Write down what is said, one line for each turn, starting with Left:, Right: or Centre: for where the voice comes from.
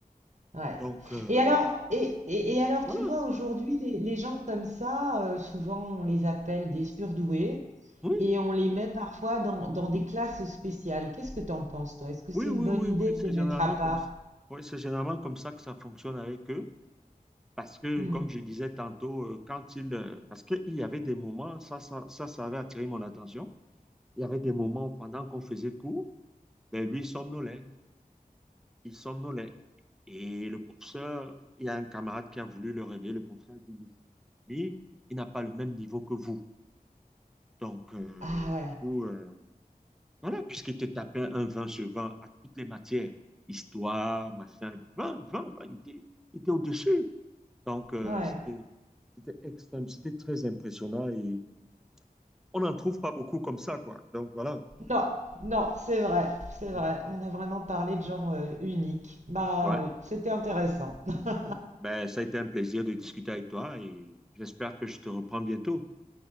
Right: ouais.
Centre: Donc, euh,
Right: Et alors, et, et- et alors,
Centre: voilà.
Right: tu vois, aujourd'hui, les, les gens comme ça, euh, souvent, on les appelle des surdoués
Centre: Oui,
Right: et on les met parfois dans, dans des classes spéciales. Qu'est-ce que tu en penses, toi? Est-ce que c'est
Centre: oui, oui,
Right: une bonne
Centre: oui,
Right: idée
Centre: oui. C'est
Right: de les
Centre: généralement
Right: mettre à part?
Centre: comme ça. Oui, c'est généralement comme ça que ça fonctionne avec eux. Parce que,
Right: Hmm.
Centre: comme je disais tantôt, euh, quand il, euh, parce qu'il y avait des moments, ça, ça, ça, ça avait attiré mon attention. Il y avait des moments où, pendant qu'on faisait cours, ben, lui somnolait. Il somnolait. Et le professeur, il y a un camarade qui a voulu le réveiller. Le professeur a dit, mais lui, il n'a pas le même niveau que vous. Donc, euh,
Right: Ah ouais,
Centre: du coup, euh, voilà, puisqu'il te tapait un 20 sur 20 à toutes les matières, histoire, machin, 20, 20, 20, il était, il était au-dessus. Donc, euh,
Right: ouais.
Centre: c'était, c'était extrême, c'était très impressionnant et on n'en trouve pas beaucoup comme ça, quoi. Donc, voilà.
Right: Non, non, c'est vrai, c'est vrai.
Centre: Mhm.
Right: On a vraiment parlé de genre euh, unique. Bah
Centre: Ouais,
Right: oui, c'était intéressant. <laughs>
Centre: ben, ça a été un plaisir de discuter avec toi et j'espère que je te reprends bientôt.